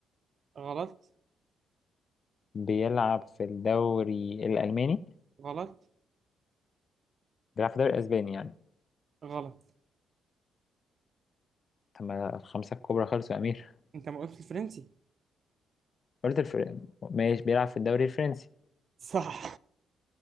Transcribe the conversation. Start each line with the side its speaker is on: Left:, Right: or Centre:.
Right: غلط
Left: بيلعب في الدوري الألماني
Right: غلط
Left: بيلعب في الدوري الأسباني يعني
Right: غلط
Left: طب ما الخمسة الكبرى خلصوا يا أمير
Right: انت ما قلتش الفرنسي
Left: قلت الفر... ماشي بيلعب في الدوري الفرنسي
Right: صح